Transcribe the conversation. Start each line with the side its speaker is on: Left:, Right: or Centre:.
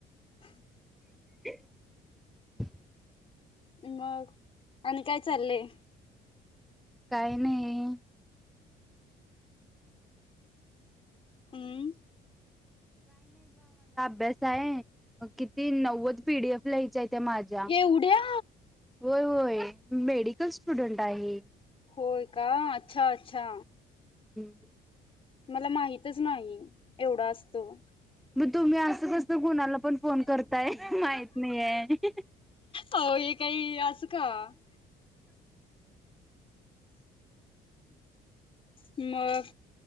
Left: हम
Centre: <unintelligible>
Left: मग आणि काय? चालालय
Centre: काय नाही
Left: हमम
Centre: बस आहे. किती नव्वद पीडीएफ लियच्या त्या माझ्या
Left: एवढ्या
Centre: होय होय मेडिकल स्टुडंट काही
Left: होय का अच्छा अच्छा
Centre: ह.
Left: मला माहितच नाही एवढा असतो.
Centre: न तुम्ही असं कसं कुणाला पण फोन करताय माहत नाहीये
Left: अ हे काही असं का मग